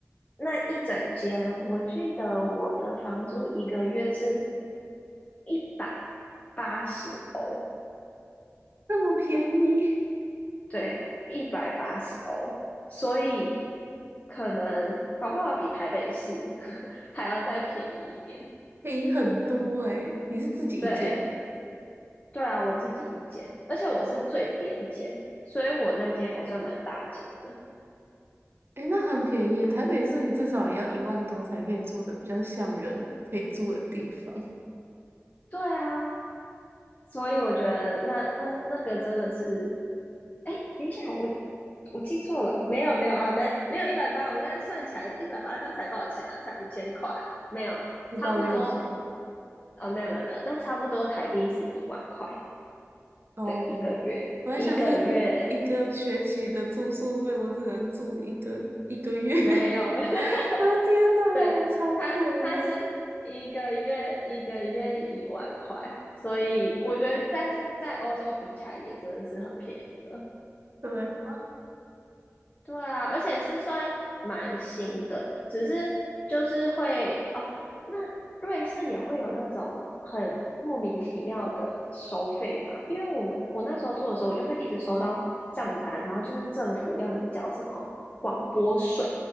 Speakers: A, on the left (about 30°); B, on the right (about 50°).
A: 那一整间，我记得我的房租一个月是一百八十欧。
B: 那么便宜，
A: 对，一百八十欧，所以可能搞不好比台北市 <laughs> 还要再便宜一点。
B: 便宜很多诶、你是自己一间，
A: 对，对啊，我自己一间，而且我是最边间，所以我那间还算蛮大间的。
B: 诶、那很便宜耶台北市你至少也要一万多才可以住的比较像人可以住的地方，
A: 对啊，所以我觉得那那那个真的是，哎，等一下，我我记错了，没有没有啊，没没有一百八，我现在算起来一百八，这样才多少钱啊？才五千块哦，没有，
B: 不到六千
A: 差不多，啊，没有没有没有，那差不多台币是一万块。
B: 哦。
A: 对，一个月，
B: 我还想说你一个学期的住宿费，
A: 一个月
B: 我只能住一个一个月。<laughs>
A: 没有哈，<laughs>
B: 啊天呐，
A: 对，
B: 超贵的。
A: 他他是一个月一个月一万块，所以我觉得，但是在欧洲比起来也真的是很便宜了。
B: 对啊，
A: 对啊，而且是算蛮新的，只是就是会哦，那瑞士也会有那种很莫名其妙的收费嘛？因为我们我那时候做的时候，我就会一直收到账单，然后就是政府要你缴什么广播税，